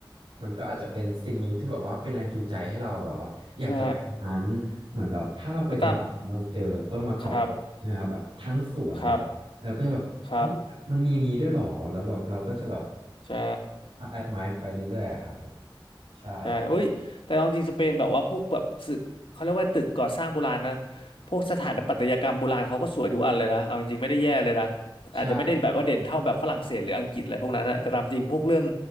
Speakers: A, on the right (about 75°); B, on the left (about 85°).
A: มันก็อาจจะเป็นสิ่งหนึ่งที่แบบว่าเป็นแรงจูงใจให้เราแบบว่า
B: ใช่
A: นั้นเหมือนแบบถ้าเราไปตรงนั้นแล้วเราเจอต้นมะกอกใช่ไหมครับแบบทั้งสวนอะไร
B: แต่ตามครับครับ
A: เราก็จะแบบเฮ้ยมันมีอย่างนี้ด้วยเหรอแล้วแบบเราก็จะแบบ
B: ครับใช่
A: แอดมายไปเรื่อยๆอะครับผมใช่ครับ
B: ใช่โอ้ยแต่เอาจริงสเปนแบบว่าพวกแบบตึกเขาเรียกว่าตึกก่อสร้างโบราณนะพวกสถาปัตยกรรมโบราณเขาก็สวยทุกอันเลยนะเอาจริงไม่ได้แย่เลยนะ
A: ใช่
B: อาจจะไม่ได้แบบว่าเด่นเท่าแบบฝรั่งเศสหรืออังกฤษอะไรพวกนั้นนะแต่ตามจริงพวกเรื่อง